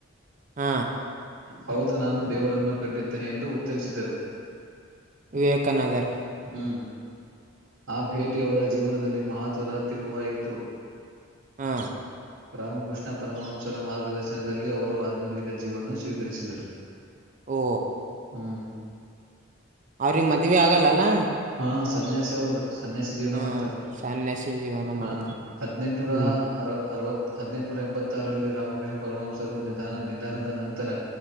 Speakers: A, on the right (about 35°); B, on the right (about 70°).
A: ಹ್ಮ
B: ಹೌದು ನಾನು ದೇವರನ್ನು ಕಂಡಿದ್ದೇನೆ ಎಂದು ಉತ್ತರಿಸಿದರು.
A: ವಿವೇಕನಗರ.
B: ಹ್ಮ ಆ ಭೇಟಿ ಅವರ ಜೀವನದಲ್ಲಿ ಮಹತ್ವದ ತಿರುವಾಯಿತು.
A: ಹಾ
B: ರಾಮಕೃಷ್ಣ ಪರಮಂಸರ ಮಾರ್ಗದರ್ಶನದಲ್ಲಿ ಅವರು ಆಧ್ಯತ್ಮಿಕ ಜೀವನ ಸ್ವೀಕರಿಸಿದರು.
A: ಓ
B: ಹ್ಮ್
A: ಅವ್ರಿಗೆ ಮದ್ವೆ ಆಗಲ್ಲಲ್ಲಾ.
B: ಹಾ ಸನ್ಯಾಸಿ ಅವರು. ಸನ್ಯಾಸಿ ಜೀವನ
A: ಹಾ
B: ಮಾಡ್ತಾರೆ
A: ಸನ್ಯಾಸಿ ಜೀವನ
B: ಹ
A: ಮಾಡ್ತಾರ
B: ಹದ್ನೆಂಟನೂರ
A: ಹ್ಮ್
B: ಅರ ಅರವತ್ತ್ ಹದ್ನೆಂಟುನೂರ ಎಂಬತ್ತಾರಲ್ಲಿ ರಾಮಕೃಷ್ಣ ಪರಮಂಸರು ನಿಧಾನ ನಿಧಾನದ ನಂತರ.